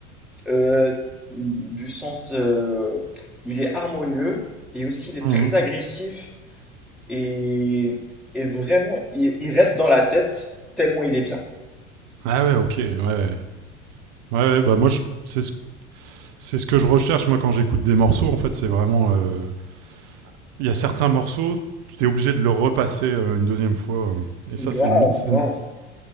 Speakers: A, in the centre; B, on the right.
A: euh, du sens, euh, il est harmonieux et aussi il est
B: Mhm.
A: très agressif et, et vraiment, il, il reste dans la tête tellement il est bien.
B: Ah ouais, ok. Ouais, ouais. Ouais, ouais, bah moi, je- c'est ce, c'est ce que je recherche, moi, quand j'écoute des morceaux. En fait, c'est vraiment. euh, il y a certains morceaux, tu t'es obligé de le repasser euh, une deuxième fois. euh. et ça,
A: Grave,
B: c'est une, c'est
A: grave.
B: une-